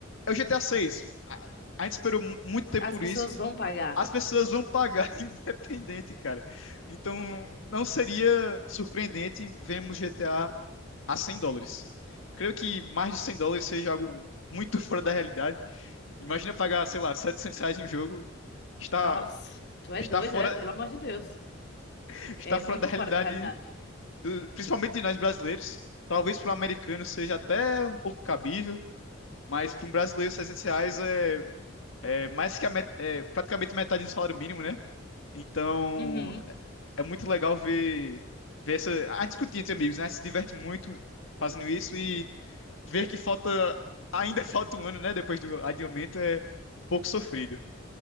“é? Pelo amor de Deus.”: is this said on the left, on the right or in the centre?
Left